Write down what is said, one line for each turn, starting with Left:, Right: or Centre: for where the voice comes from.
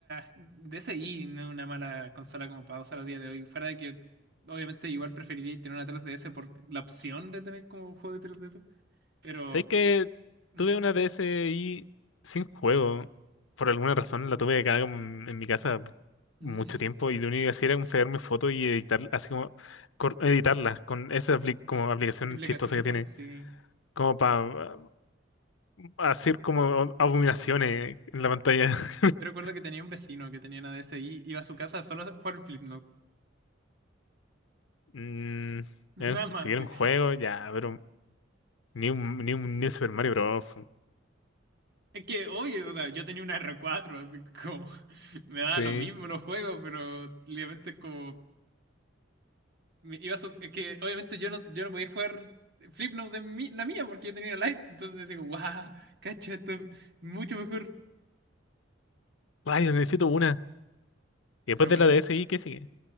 Right: la DSi no es una mala consola como para usar a día de hoy. Fuera de que, obviamente, igual preferiría tener una 3DS por la opción de tener como juego de 3DS. Pero,
Left: Sé que
Right: mm,
Left: tuve una DSi sin juego. Por alguna razón la tuve acá como en en mi casa
Right: mm,
Left: mucho tiempo. Y lo único que hacía era como sacarme fotos y editar, así como cor- editarlas con esa apli- como aplicación
Right: implicación
Left: chistosa
Right: de
Left: que
Right: fondo,
Left: tiene.
Right: sí.
Left: Como para hacer como abominaciones en la pantalla. <laughs>
Right: Yo recuerdo que tenía un vecino que tenía una DSi, iba a su casa solo a jugar Flipnote.
Left: Mm,
Right: <laughs> Nada
Left: eh,
Right: más,
Left: seguir
Right: sí.
Left: un juego, ya, pero ni un, ni un, ni un Super Mario Bros. fu.
Right: Es que, oye, o sea, yo tenía una R4, así como <laughs> me da
Left: Sí.
Right: lo mismo los juegos, pero obviamente es como me iba a su- es que obviamente yo no, yo no podía jugar Flipnote de mi- la mía porque yo tenía Lite, entonces digo wow, cacha, esto es mucho mejor.
Left: Rayos, necesito una. Y después
Right: Pero
Left: de
Right: bueno,
Left: la DSi, ¿qué sigue?